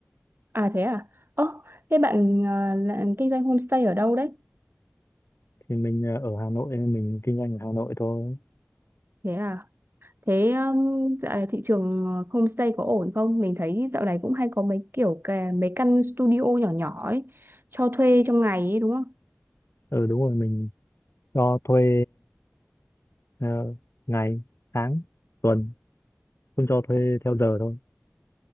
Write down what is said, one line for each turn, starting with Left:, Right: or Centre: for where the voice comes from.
Right: À thế à? Ơ, thế bạn ờ, là, kinh doanh homestay ở đâu đấy?
Left: Thì mình ờ, ở Hà Nội, nên mình kinh doanh ở Hà Nội thôi.
Right: Thế à? Thế um, dạo này thị trường ờ, homestay có ổn không? Mình thấy dạo này cũng hay có mấy kiểu cái, mấy căn studio nhỏ nhỏ ấy, cho thuê trong ngày ấy đúng không?
Left: Ừ đúng rồi, mình cho thuê ờ, ngày, tháng, tuần. Không cho thuê theo giờ thôi.